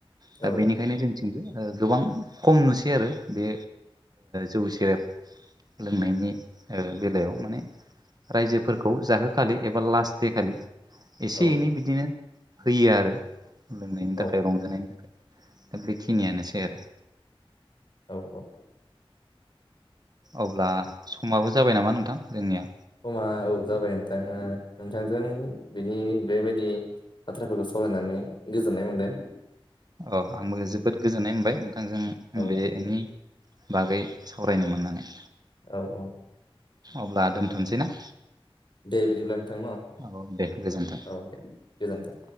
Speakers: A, on the right (about 45°); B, on the left (about 55°).
A: दा
B: औ
A: बेनिखायनो जोंथिंबो गोबां खम नुसै आरो बे जौ सेरेब लोंनायनि बेलायाव माने रायजोफोरखौ जाहोखालि एबा लास्ट दे खालि एसे
B: औ
A: एनै बिदिनो होयो आरो लोंनायनि
B: औ
A: थाखाय रंजानायनि थाखाय दा बेखिनियानोसै आरो
B: औ औ
A: अब्ला समाबो जाबाय नामा नोंथां जोंनिया
B: समा औ जाबाय नोंथाङा नोंथांजों बेबायदि बाथ्राफोरखौ सावरायनानै गोजोननाय मोनदों
A: अ आंबो जोबोद गोजोननाय मोनबाय नोंथांजों
B: औ
A: बेनि बागै सावरायनो मोननानै
B: औ औ
A: अब्ला दोनथनोसै ना
B: दे बिदिब्ला नोंथां न
A: औ दे गोजोन्थों
B: औ दे गोजोन्थों